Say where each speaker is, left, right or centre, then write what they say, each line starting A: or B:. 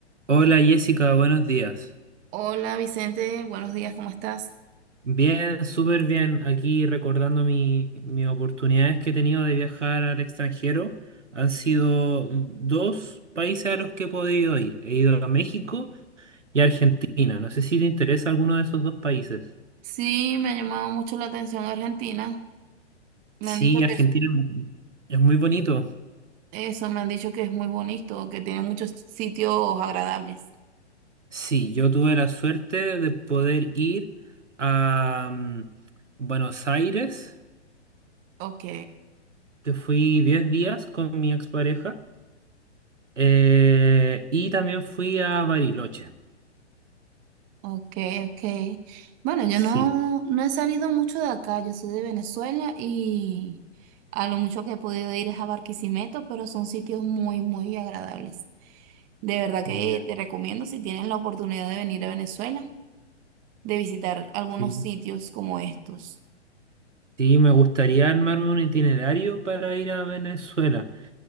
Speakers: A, on the right (about 80°); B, on the right (about 25°).
A: Hola Jessica, buenos días.
B: Hola Vicente, buenos días, ¿cómo estás?
A: Bien, súper bien. Aquí recordando mi- mis oportunidades que he tenido de viajar al extranjero. Han sido dos países a los que he podido ir. He ido a México y a Argentina. No sé si te interesa alguno de esos dos países.
B: Sí, me ha llamado mucho la atención Argentina. Me
A: Sí,
B: han dicho
A: Argentina
B: que es-
A: es muy bonito.
B: eso, me han dicho que es muy bonito, que tiene muchos sitios agradables.
A: Sí, yo tuve la suerte de poder ir a mm, Buenos Aires,
B: Ok,
A: que fui 10 días con mi expareja. Eh, y también fui a Bariloche.
B: ok, ok. Bueno, yo
A: Sí.
B: no, no he salido mucho de acá, yo soy de Venezuela y a lo mucho que he podido ir es a Barquisimeto, pero son sitios muy, muy agradables. De verdad que
A: Ya.
B: te recomiendo si tienes la oportunidad de venir a Venezuela, de visitar algunos
A: Sí,
B: sitios como estos.
A: Sí, me gustaría armarme un itinerario para ir a Venezuela.